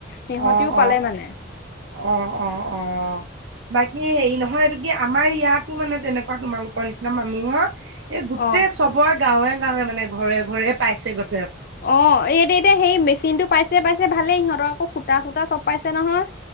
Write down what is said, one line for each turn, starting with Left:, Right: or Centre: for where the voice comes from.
Left: সিহঁতিও
Right: অ',
Left: পালে
Right: অ',
Left: মানে।
Right: অ', অ', অ', বাকী হেৰি নহয় এইটো কি আমাৰ ইয়াতো মানে তেনেকুৱা তোমালোকৰ নিচিনা মানুহৰ এই গোটেই
Left: অ',
Right: চবৰ গাঁৱে গাঁৱে মানে ঘৰে ঘৰে পাইছে গৈ
Left: অ', এই দে এতিয়া সেই মেচিন টো পাইছে পাইছে ভালেই ইিহঁতৰ আকৌ সূতা চূতা চব পাইছে নহয়।